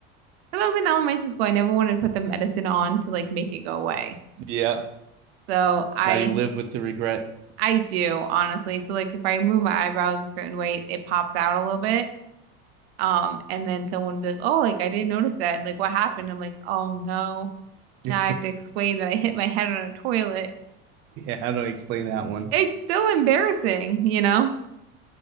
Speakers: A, on the right (about 80°); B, on the right (about 35°).
A: Because I was in elementary school, I never wanted to put the medicine on to like make it go away.
B: yeah.
A: So I,
B: Now you live with the regret.
A: I do, honestly. So like if I move my eyebrows a certain way, it pops out a little bit. Um, and then someone would be like, "Oh, like I didn't notice that." And like, "What happened?" I'm like, "Oh no."
B: <laughs> yeah,
A: Now I have to explain that I hit my head on a toilet.
B: how do I explain that one?
A: It's still embarrassing, you know?